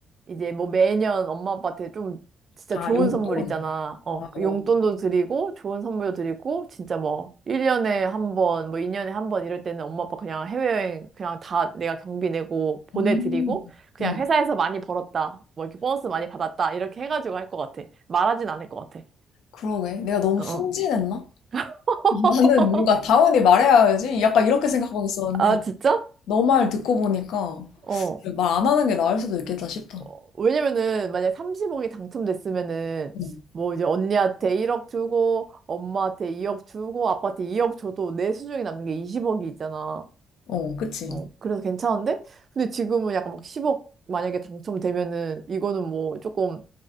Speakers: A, on the right (about 45°); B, on the left (about 85°).
A: 이제 뭐 매년 엄마 아빠한테 좀 진짜
B: 아,
A: 좋은
B: 용돈?
A: 선물 있잖아. 어,
B: 아,
A: 그
B: 어.
A: 용돈도 드리고, 좋은 선물도 드리고, 진짜 뭐, 1년에 한 번, 뭐 2년에 한번 이럴 때는 엄마 아빠 그냥 해외여행 그냥 다 내가 경비 내고 보내드리고,
B: 음,
A: 그냥
B: 음.
A: 회사에서 많이 벌었다. 뭐 이렇게 보너스 많이 받았다. 이렇게 해가지고 할 것 같아. 말하진 않을 것 같아.
B: 그러게. 내가 너무
A: 어. 어.
B: 순진했나?
A: <laughs>
B: <laughs> 나는 뭔가 당연히 말해야지. 약간 이렇게 생각하고 있었는데,
A: 아, 진짜?
B: 너 말 듣고 보니까
A: 어.
B: 말 안 하는 게 나을 수도 있겠다 싶다.
A: 어, 왜냐면은 만약에 30억이 당첨됐으면은
B: 음.
A: 뭐 이제 언니한테 1억 주고 엄마한테 2억 주고 아빠한테 2억 줘도 내 수중에 남는 게 20억이 있잖아.
B: 어, 그치.
A: 어, 그래서 괜찮은데? 근데 지금은 약간 막 10억 만약에 당첨되면은 이거는 뭐 조금